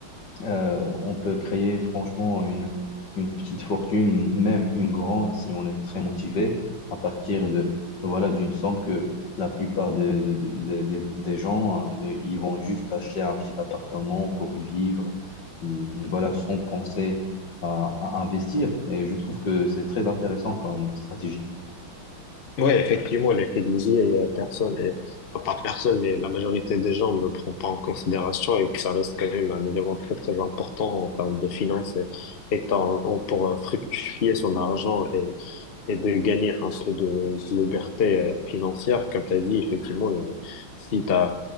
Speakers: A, on the left (about 55°); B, on the left (about 70°).
A: euh, on peut créer franchement une, une petite fortune, même une grande, si on est très motivé, à partir de voilà d'une somme que la plupart des, des de- de- des gens, euh, ils vont juste acheter un petit appartement pour y vivre, hum, voilà, sans penser à, à investir. Et je trouve que c'est très intéressant comme stratégie.
B: Ouais, effectivement, l'effet de levier, il y a personne, et, enfin, pas personne, mais la majorité des gens ne le prend pas en considération et que ça reste quand même un élément très, très important en termes de finances et, et en- en- pour euh, fructifier son argent et, et de gagner un peu de, de liberté euh, financière. Comme tu as dit, effectivement, euh, si tu as